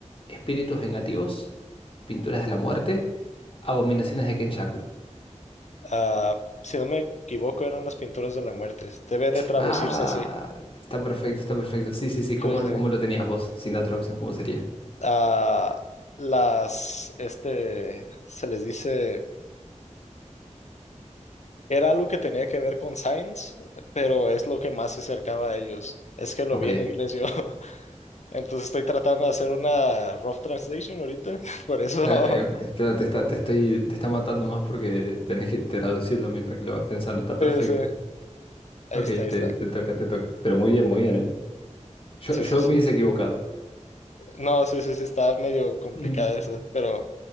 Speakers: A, on the left; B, on the left.
A: espíritus vengativos, pinturas de la muerte, abominaciones de Kenjaku.
B: Ah, si no me equivoco, eran las pinturas de la muerte. Debe de traducirse
A: Ah,
B: así.
A: está perfecto, está perfecto. Sí, sí, sí. ¿Cómo,
B: Sí, sí, sí.
A: cómo lo tenías vos sin la traducción? ¿Cómo sería?
B: Ah, las, este, se les dice, era algo que tenía que ver con Signs, pero es lo que más se acercaba a ellos. Es que lo
A: Ok.
B: vi en inglés yo. Entonces estoy tratando de hacer una rough translation ahorita, <laughs> por eso,
A: Claro, eh, ok, claro, te está, te estoy, te está matando más porque tenés que traducirlo mientras que lo vas pensando. Está perfecto.
B: sí, <laughs> sí, ahí
A: Ok,
B: está, ahí
A: te,
B: está.
A: te toca, te toca. Pero muy bien, muy bien, ¿eh? Yo,
B: Sí,
A: yo
B: sí, sí.
A: me hubiese equivocado.
B: No, sí, sí, sí, está medio complicada
A: <laughs>
B: eso, pero,